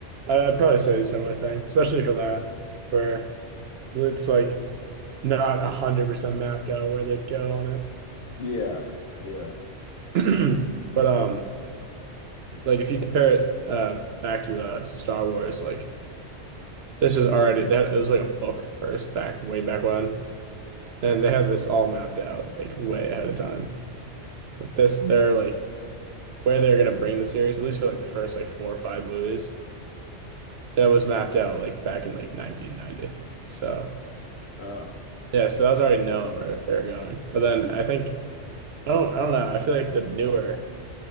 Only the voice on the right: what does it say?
I, I'd probably say a similar thing, especially for that, where it's like not a hundred percent mapped out where they'd go on
it. <clears throat> but um, like if you compare it uh back to uh Star Wars, like This is already that it was like a book first back way back when, and they had this all mapped out like way ahead of time. Like this, they're like where they're gonna bring the series at least for like the first like four or five movies that was mapped out like back in like 1990. So
yeah, so that was already known where they're going. But then I think I don't I don't know. I feel like the newer